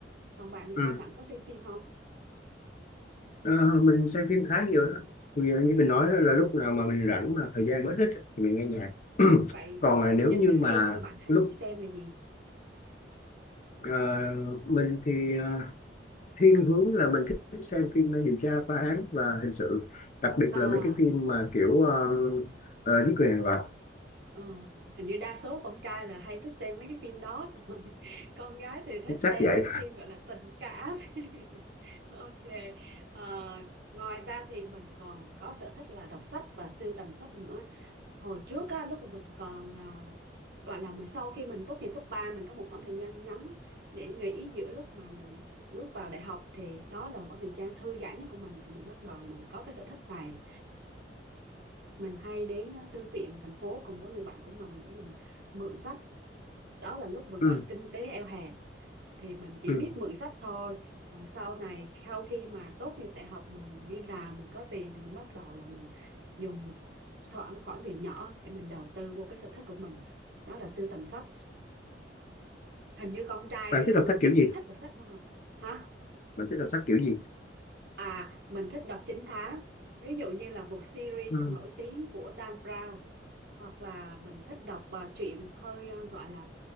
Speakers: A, on the right; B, on the left.
A: còn bạn thì sao
B: ừ
A: bạn có xem phim không
B: Ờ, mình xem phim khá nhiều đó. thì ờ, như mình nói đó là lúc nào mà mình rảnh mà thời gian mới ít ấy, thì mình nghe nhạc <clears throat>
A: Vậy
B: còn là nếu
A: những
B: như
A: cái
B: mà
A: phim mà bạn hay
B: lúc
A: xem là gì?
B: ờ, mình thì ờ, thiên hướng là mình thích xem phim ờ, điều tra phá án và hình sự đặc biệt
A: À,
B: là mấy cái phim mà kiểu ờ, ờ, giết người hàng loạt
A: ờ, hình như đa số con trai là hay thích xem mấy cái phim đó. <laughs> Còn Con gái thì thích
B: chắc
A: xem
B: vậy
A: những phim gọi là tình cảm. <laughs> Ok. Ờ, ngoài ra thì mình còn có sở thích là đọc sách và sưu tầm sách nữa. Hồi trước á, lúc mà mình còn à, gọi là mình sau khi mình tốt nghiệp cấp ba mình có một khoảng thời gian ngắn để nghỉ giữa lúc mà mình bước vào đại học thì đó là khoảng thời gian thư giãn nhất của mình thì mình bắt đầu là mình có cái sở thích này mình hay đến ờ, thư viện thành phố cùng với người bạn của mình để mình mượn sách đó là lúc mình
B: ừ,
A: gọi là kinh tế eo hẹp thì mình chỉ
B: ừ.
A: biết mượn sách thôi Ờ, sau này sau khi mà tốt nghiệp đại học mình đi làm mình có tiền thì mình bắt đầu là mình dùng một khoản khoản tiền nhỏ để mình đầu tư vô cái sở thích của mình đó là sưu tầm sách hình như con trai
B: bạn
A: ờ,
B: thích đọc sách
A: ít
B: kiểu gì
A: thích đọc sách đúng không hả
B: bạn thích đọc sách kiểu gì
A: à mình thích đọc trinh thám ví dụ như là một series
B: ừ,
A: nổi tiếng của Dan Brown hoặc là mình thích đọc uh, truyện hơi ờ, gọi là